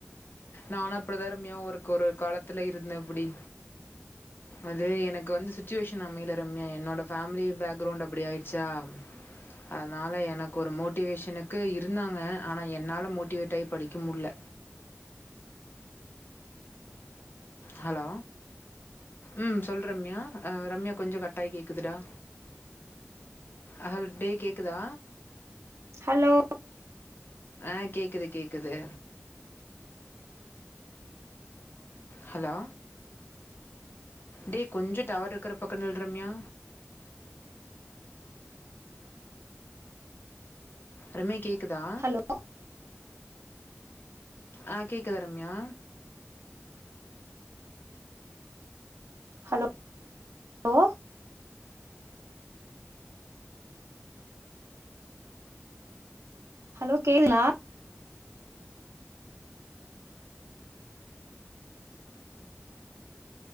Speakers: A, on the left; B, on the right.
A: நானு அப்டிதா ரம்யா ஒருக்கொரு காலத் துல இருந்தே அப்டி அது எனக்கு வந்து சுச்சுவேஷன் அமைல ரம்யா என்னோட ஃபேமிலி பேக்ரவுண்ட் அப்டி ஆயிட்ச்சா அதனால எனக்கு ஒரு மோட்டிவேஷனுக்கு இருந்தாங்க ஆனா என்னால மோட்டிவேட் ஆயி படிக்க முல்ல ஹலோ ம் சொல் ரம்யா அ ரம்யாப் கொஞ்சோ கட்டாயி கேக்குதுடா அகல் டே கேக்குதா
B: ஹலோ
A: ஆ கேக்குது கேக்குது ஹலோ டே கொஞ்சோ டவர் இருக்குற பக்க நில் ரம்யா ரம்யா கேக்குதா
B: ஹலோ
A: அ கேக்குதா ரம்யா
B: ஹலோ லோ ஹலோ கேங்ளா